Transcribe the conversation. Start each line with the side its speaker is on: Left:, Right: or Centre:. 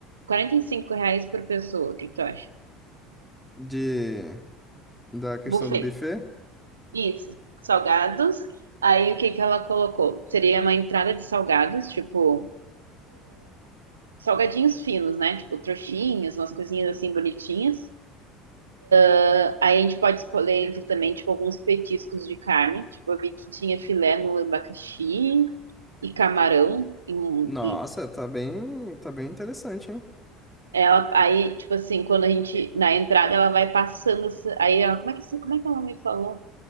Right: 45 reais por pessoa, o que que tu acha?
Centre: De da questão
Right: Buffet.
Centre: do buffet?
Right: Isso, salgados. Aí o que que ela colocou? Seria uma entrada de salgados, tipo, salgadinhos finos, né? Tipo, trouxinhas, umas coisinhas assim bonitinhas. Ah, Aí a gente pode escolher entre também, tipo, alguns petiscos de carne. Tipo, eu vi que tinha filé no abacaxi e camarão. E, um-
Centre: Nossa,
Right: e
Centre: tá bem, tá bem interessante, hein?
Right: ela, aí, tipo assim, quando a gente, na entrada, ela vai passando. essa- Aí, ela, como é que, como é que ela me falou?